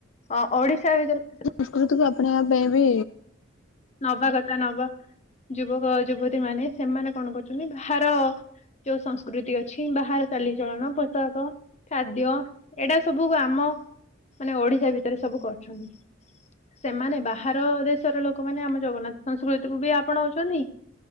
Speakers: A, on the left (about 35°); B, on the left (about 70°).
A: ହଁ ଓଡିଶା ଭିତରେ
B: ସଂସ୍କୃତକୁ ଆପଣେଇବା ପାଇଁ ବି
A: ନବା କଥା ନବା ଯୁବକ ଯୁବତୀ ମାନେ ସେମାନେ କଣ କରୁଛନ୍ତି ବାହାର ଯୋଉ ସଂସ୍କୃତି ଅଛି ବାହାରେ ଚାଲିଚଳନ ପୋଷାକ। ଖାଦ୍ୟ ଏଇଡା ସବୁ ଆମ ମାନେ ଓଡିଶା ଭିତରେ ସବୁ କରୁଛନ୍ତି। ସେମାନେ ବାହାର ଦେଶର ଲୋକମାନେ ଆମ ଜଗନ୍ନାଥ ସଂସ୍କୃତିକୁୁ ବି ଆପଣାଉଛନ୍ତି।